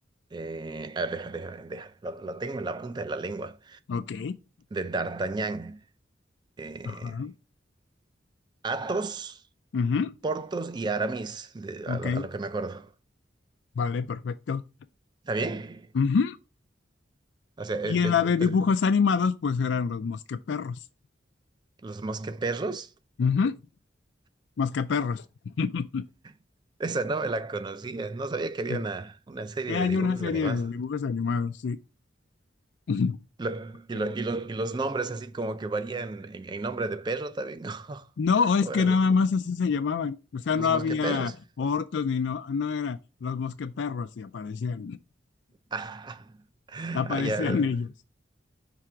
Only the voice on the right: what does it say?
eh, a ver, deja, deja, deja, lo, lo tengo en la punta de la lengua.
De D'Artagnan. eh,
Athos.
Portos y Aramis, de-
a lo, a lo que me acuerdo.
¿Está bien?
O sea, eh,
eh,
pues,
Los Mosqueperros,
<laughs> esa novela conocía, no sabía que había
una, una serie
de
dibujos
animados.
Lo- y,
lo- y lo- y los nombres así como que varían en, en nombre de perro también. <laughs>
O
eran
los,
los
Mosqueperros. <laughs>
Ah,
ah, ya. <laughs>